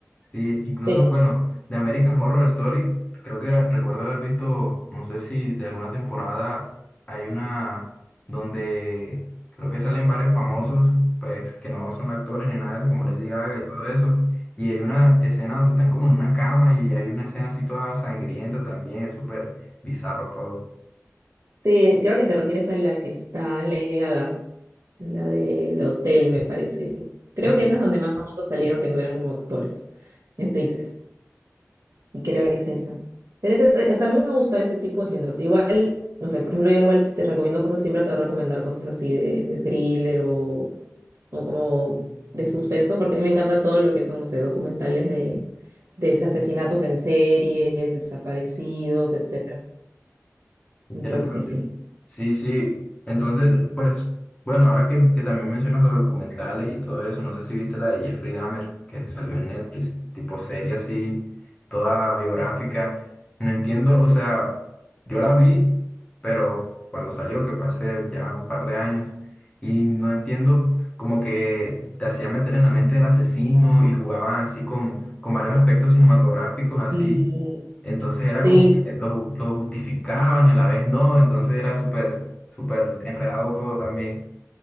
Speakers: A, on the left; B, on the right.
A: Sí, incluso,
B: Pero
A: bueno, de American Horror Story, creo que recuerdo haber visto, no sé si de alguna temporada hay una donde creo que salen varios famosos, pues que no son actores ni nada de eso, como Lady Gaga y todo eso. Y hay una escena donde están como en una cama y hay una escena así toda sangrienta también, es súper bizarro todo.
B: sí, creo que te refieres a la que está Lady Gaga. La del hotel, me parece. Creo
A: Sí.
B: que esa es donde más famosos salieron que no eran como actores, actrices. Y creo que es esa. Pero esa, es- o sea, a mí me gusta ese tipo de géneros. Igual, no sé, por ejemplo, yo igual si te recomiendo cosas, siempre te voy a recomendar cosas así de, de thriller o o como de suspenso, porque a mí me encanta todo lo que son, no sé, documentales de, de asesinatos en series, desaparecidos, etcétera.
A: Interesante.
B: Entonces, sí.
A: Sí, sí. Entonces, pues, bueno, ahora que, que también mencionas los documentales y todo eso, no sé si viste la de Jeffrey Dahmer, que salió en Netflix, tipo serie así, toda biográfica. No entiendo, o sea, yo la vi, pero cuando salió, que fue hace ya un par de años, y no entiendo, como que te hacía meter en la mente del asesino y jugaban así con, con varios aspectos cinematográficos, así
B: Y
A: entonces era
B: sí,
A: como que lo, lo justificaban y a la vez no, entonces era súper, súper enredado todo también.